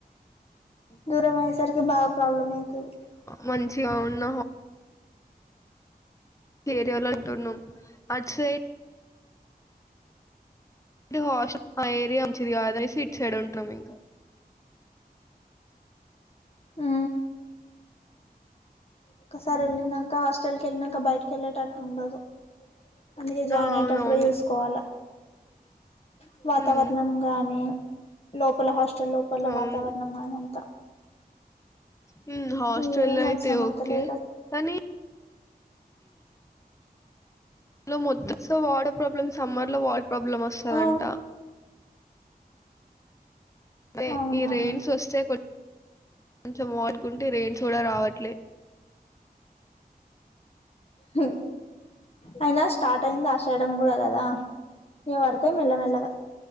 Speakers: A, on the left; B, on the left.
A: దూరం అయే సర్కి బాగా ప్రాబ్లమ్ అవుతుది
B: మంచిగా ఉన్న ఏర్యాల అంటున్నాం అట్ సైడ్ ఇది హాష్మ్ మా ఆ ఏరియా మంచిది కాదని ఇట్ సైడ్ ఉంటున్నాం ఇంకా
A: ఉ ఒకసారి
B: హ్మ్.
A: వెళ్లిన ఇంకా హాస్టల్ క వెళ్ళినాక బయటకి వెళ్ళేటట్టు ఉండదు అందుకే జాయిన్
B: ఆ!
A: అయేటప్పుడే
B: అవునవును.
A: చూసుకోవాలా అ వాతావరణం
B: హ్మ్.
A: గాని లోపల హాస్టల్ లోపల
B: అవును.
A: వాతావరణం గాని అంతా
B: హు హాస్టల్
A: ఏం
B: అయితే
A: అవసరం పడతలేరు
B: ఓకే కానీ ఇలో మొత్తం వాటర్ ప్రాబ్లమ్ సమ్మర్ లో వాటర్ ప్రాబ్లమ్ వస్తదంట
A: ఆ
B: అదే
A: అవునా
B: ఈ రెయిన్స్ వస్తే కొంచెం వానుకుంటే రెయిన్స్ కూడా రావట్లే
A: హు అయినా స్టార్ట్ అయింది ఆషాడం కూడా కదాఇగ పడతాయి మెల్లమెల్లగా